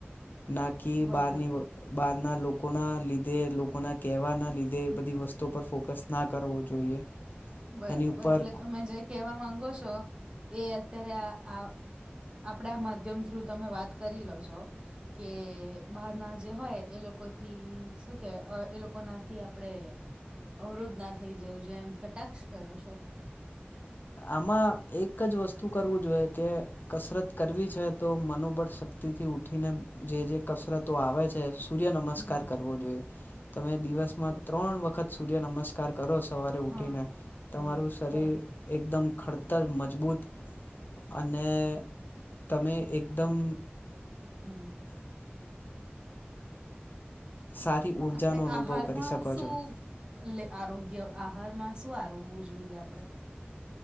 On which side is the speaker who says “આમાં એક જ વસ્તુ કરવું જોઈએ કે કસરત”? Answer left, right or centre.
Left